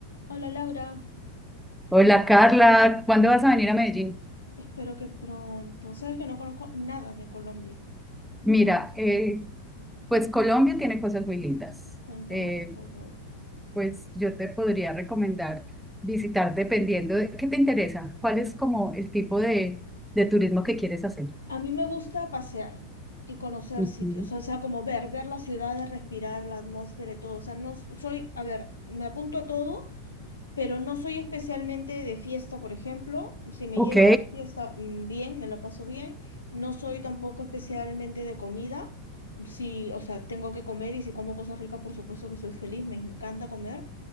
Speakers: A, on the left (about 75°); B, in the centre.
A: Hola Laura,
B: Hola Carla, ¿cuándo vas a venir a Medellín?
A: espero que pronto. Sabes que no conozco nada de Colombia,
B: Mira,
A: nada.
B: eh, pues Colombia tiene cosas muy lindas.
A: Cuéntame
B: Eh,
A: por favor.
B: pues yo te podría recomendar visitar dependiendo de qué te interesa, cuál es como el tipo de, de turismo que quieres hacer.
A: A mí me gusta pasear y conocer
B: Ujú.
A: sitios, o sea, como ver, ver las ciudades, respirar la atmósfera y todo. O sea, no soy, a ver, me apunto a todo, pero no soy especialmente de fiesta, por ejemplo. Si me
B: Ok.
A: lleva a fiesta, mm, bien, me la paso bien. No soy tampoco especialmente de comida. Si, o sea, tengo que comer y si como cosas ricas, por supuesto que soy feliz, me encanta comer